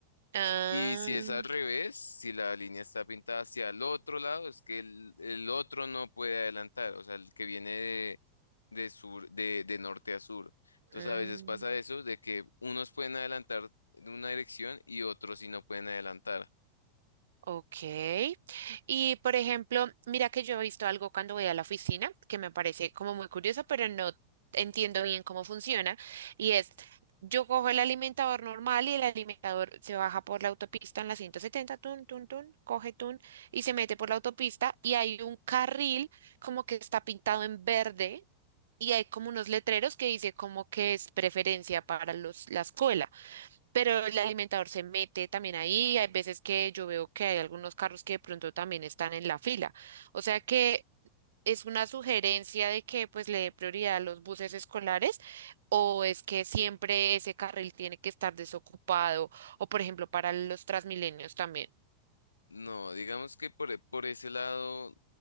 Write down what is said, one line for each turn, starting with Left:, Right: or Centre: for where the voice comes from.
Right: Ah.
Left: Y si es al revés, si la línea está pintada hacia el otro lado, es que el, el otro no puede adelantar, o sea, el que viene de, de sur, de, de norte a sur. Entonces
Right: Mm,
Left: a veces pasa eso, de que unos pueden adelantar en una dirección y otros sí no pueden adelantar.
Right: ok. Y por ejemplo, mira que yo he visto algo cuando voy a la oficina que me parece como muy curioso, pero no entiendo bien cómo funciona. Y es, yo cojo el alimentador normal y el alimentador se baja por la autopista en la 170, tun, tun, tun, coge tun y se mete por la autopista y hay un carril como que está pintado en verde. Y hay como unos letreros que dice como que es preferencia para los, la escuela. Pero el alimentador se mete también ahí. Hay veces que yo veo que hay algunos carros que de pronto también están en la fila. O sea que es una sugerencia de que pues le dé prioridad a los buses escolares o es que siempre ese carril tiene que estar desocupado o por ejemplo para los Transmilenios también.
Left: No, digamos que por, e- por ese lado,